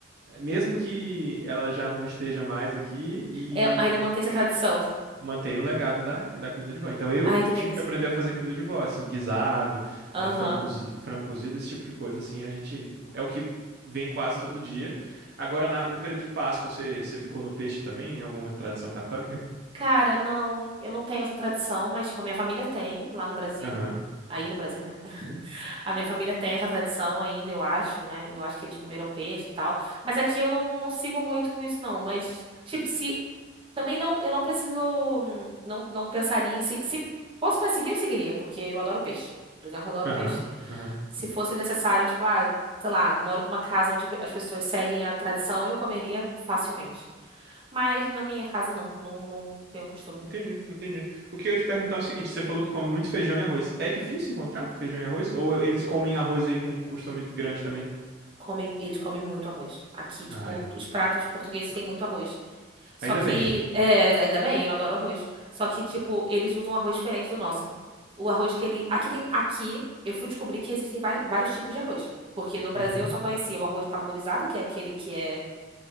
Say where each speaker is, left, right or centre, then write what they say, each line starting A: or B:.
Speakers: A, on the right; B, on the right.
A: mesmo que ela já não esteja mais aqui e
B: É, ainda mantém essa tradição.
A: manter o legado da, da comida de vó. Então eu
B: Ai, que
A: tive
B: delícia.
A: que aprender a fazer comida de vó, assim, guisado,
B: Aham.
A: é, frango cozi- frango cozido, esse tipo de coisa, assim, a gente é o que vem quase todo dia. Agora, na- no período de Páscoa, você, você ficou no peixe também? em Alguma tradição católica?
B: Cara, não, eu não tenho essa tradição, mas, tipo, a minha família tem lá no Brasil.
A: Aham,
B: Aí no Brasil, né? A minha família tem essa tradição ainda, eu acho, né? Eu acho que eles comeram peixe e tal. Mas aqui eu não, não sigo muito isso, não. Mas, tipo, se. Também não, eu não preciso. hum, Não, não pensaria em se. Se fosse pra seguir, eu seguiria, porque eu adoro peixe. Por exemplo, eu adoro
A: aham,
B: peixe.
A: aham.
B: Se fosse necessário, tipo, ah, sei lá, moro numa casa onde as pessoas seguem a tradição, eu comeria facilmente. Mas na minha casa, não. Não, não tenho costume.
A: Entendi, entendi. O que eu ia te perguntar é o seguinte, você falou que come muito feijão e arroz. É difícil encontrar feijão e arroz? Ou eles comem arroz aí com um costume grande também?
B: Comem, eles comem muito arroz. Aqui, tipo,
A: Ah, é.
B: os pratos portugueses têm muito arroz. Só
A: ainda
B: que,
A: bem.
B: é, ainda bem, eu adoro arroz. Só que, tipo, eles usam um arroz diferente do nosso. O arroz que ele. Aqui tem. Aqui eu fui descobrir que existem vai- vários tipos de arroz. Porque no Brasil
A: Uhum.
B: eu só conhecia o arroz parborizado, que é aquele que é